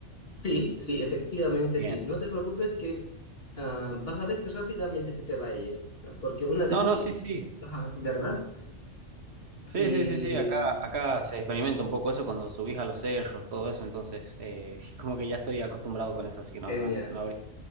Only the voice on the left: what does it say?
Sí, sí, efectivamente
sí. No te preocupes que ah, vas a ver que rápidamente se te va a ir, ¿no? porque una vez
tú,
ajá, ¿verdad?
Y
genial.